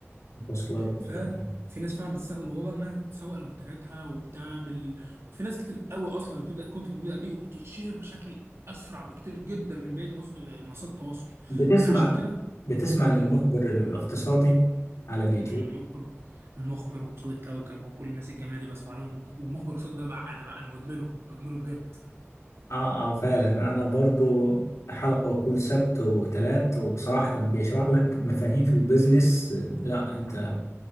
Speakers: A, on the left; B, on the right.
A: وصلت وصلت
B: ففي ناس فعلا بتستخدم الموضوع ده انها تسوق لمنتجاتها وبتعمل في ناس كتير قوي اصلا بتبدا الكونتنت بيبدا بيه وبتتشير بشكل اسرع بكتير جدا من بقيه مص- منصات التواصل
A: بتسمع
B: فعشان كده
A: بتسمع للمخبر
B: مم.
A: الاقتصادي على اليوتيوب
B: المخبر المخبر وقصاد الكوكب وكل الناس الجميله دي بسمع لهم وك- ومخبر قصاد ده بقى انا بقى انا مدمنه مدمنه بجد
A: اه اه فعلا انا برضو حلقة كل سبت وثلاث وبصراحة بيشرح لك مفاهيم في البيزنس لا انت